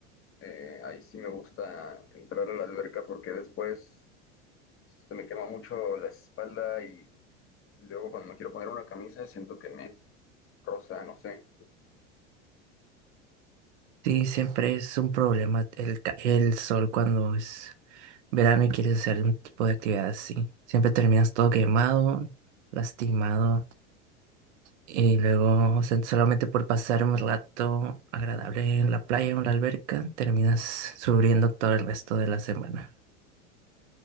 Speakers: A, on the left (about 35°); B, on the right (about 70°).
A: eh, ahí sí me gusta entrar a la alberca porque después se me quema mucho la espalda y luego cuando me quiero poner una camisa siento que me roza, no sé.
B: Sí, siempre es un problema el, ca- el sol cuando es verano y quieres hacer un tipo de actividad así. Siempre terminas todo quemado, lastimado y luego o sea, solamente por pasar un rato agradable en la playa o en la alberca terminas sufriendo todo el resto de la semana.